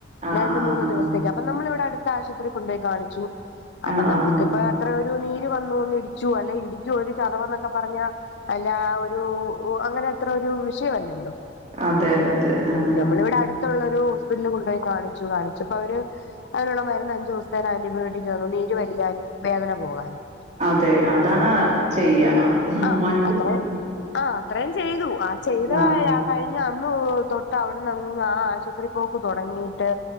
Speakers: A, on the right; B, on the left.
A: ആഹ്
B: രണ്ട്
A: ആഹ്
B: മൂന്ന്
A: ആഹ്
B: ദിവസേക്ക് അപ്പൊ നമ്മൾ ഇവിടെ അടുത്ത ആശുപത്രിക്ക് കൊണ്ട് പോയി കാണിച്ചു അപ്പൊ
A: ആഹ് ആഹ്
B: നമുക്കിപ്പ
A: ആഹ് ആഹ്
B: അത്ര ഒരു നീര് വന്നു ഒന്ന് ഇടിച്ചു അല്ലെ ഇടിക്കുവ ഒരു ചതവ് എന്നൊക്കെ പറഞ്ഞാൽ അല്ല ഒരു അങ്ങനെ അത്ര ഒരു വിഷയമല്ലല്ലോ
A: അതെ അതെ അതെ ആഹ്
B: നമ്മൾ ഇവിടെ അടുത്തുള്ളൊരു ഹോസ്പിറ്റലിൽ കൊണ്ടു പോയി കാണിച്ചു കാണിച്ചപ്പൊ അവർ അതിനുള്ള മരുന്ന് അഞ്ച് ദിവസത്തേക്ക് ആന്റിബയോട്ടിക് തന്നു നീര് വലിയാനും വേദന പോകാനും
A: അതെ അതാണ് ആഹ് ചെയ്യ ആഹ്
B: ആഹ്
A: മോൻക്ക്
B: അത്ര ആഹ് അത്രയും ചെയ്തു ആഹ് ചെയ്തതായ
A: ആഹ്
B: കഴിഞ്ഞ അന്ന് തൊട്ട് അവിടുന്നങ്ങ് ആഹ് ആശുപത്രി പോക്ക് തുടങ്ങി ട്ട്